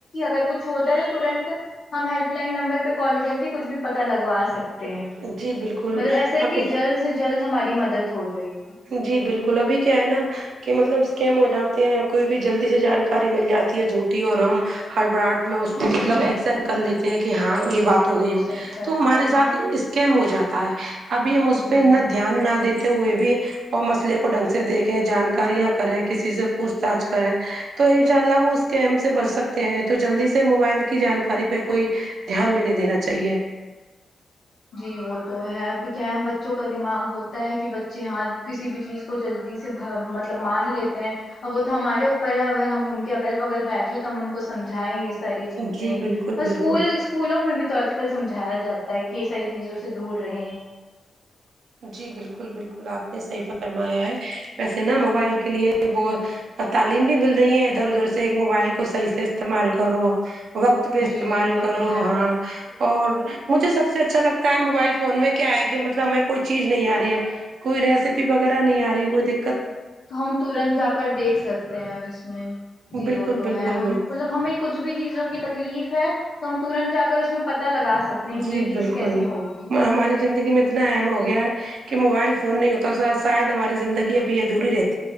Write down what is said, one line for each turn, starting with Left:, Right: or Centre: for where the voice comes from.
Left: اگر کچھ ہوتا ہے تو تنت ہم ہیلپ لائن نمبر پہ کال کر کے کچھ بھی پتتا لگوا سکتے تے ہے
Right: جی بالکل
Left: مطلب ایسا
Right: اب
Left: کہ جلد سے جلد ہماری مدد ہو جائے گی
Right: جی بالکل ابھی کیا ہے نا کہ مطلب اسکیم ہو جاتے ہیں کوئی بھی جلدی سے جانکاری مل جاتی ہے جھوٹی اور ہم ہربراٹ میں اس کو مطلب ایکسپٹ کر لیتے کہ ہاں یہ
Left: جی
Right: بات تو
Left: بالکل
Right: ہوگئی ہو
Left: صحیح فرما
Right: تو ہمارے
Left: رہی ہیں
Right: ساتھ
Left: آپ
Right: اس کیم ہو جاتا ہے ابھی ہم اس پہ
Left: جی
Right: انا
Left: جی
Right: دھیان نہ دیتے ہوئے بھی اور مسئلے کو ڈھنگ سے دیکھیں جانکاریاں کریں کسی سے پوچھ تاچھ کریں تو انشاء اللہ وہ اس کے سے بچ سکتے ہیں تو جلدی سے موبائل کی جانکاری پہ کوئی دھیان بھی نہیں دینا چاہیے
Left: جی وہ تو ہے اب کیا ہے بچوں کا دماغ ہوتا ہے کہ بچے ہاں کسی بھی چیز کو جلدی سے مطلب مان لیتے ہیں ا وہ تو ہمارے اوپر ہے اگر ہم ان کے اگل بگل بیٹھے تو ہم ان کو سمجھائیں یہ ساری چیزیں
Right: جی
Left: اور
Right: بالکل
Left: اسکول
Right: بالکل
Left: اسکولوں میں بھی تو آج کل سمجھایا جاتا ہے کہ ساری چیزوں سے دور رہیں
Right: جی بالکل بالکل آپ نے صحیح فرمایا ہے ویسے نا موبائل کے لیے بت اور تعلیم بھی مل رہی ہیں ادھر ادھر سے ایک موبائل کو صحیح سے استعمال کرو وقت پہ استعمال
Left: جی جی وہ
Right: کرو
Left: تو ہے
Right: ہاں اور مجھے سب سے اچھا لگتا ہے موبائل فون میں کیا ہے کہ مطلب ہمیں کوئی چیز نہیں آ رہی ہے کوئی ریسیپی وغیرہ نہیں آ رہی ہے وہ دی
Left: تو ہم تورنت جا کر دیکھ سکتے ہیں اس میں جی
Right: بالکل
Left: وہ تو
Right: بالکل
Left: ہے ہم
Right: بالکل
Left: مطلب ہمیں کچھ بھی چیزوں کی تکلیف ہے تو ہم ترنت جا کر اس میں پتا لگا سکتے ہیں
Right: جی
Left: کہ یہ چیز
Right: بالکل
Left: کیسی ہوگی
Right: م ہماری زندگی میں تو اتنا اہم ہو گیا ہے کہ موبائل فون نہیں ہوتا شاید ہماری زندگی ابھی ادھوری رہ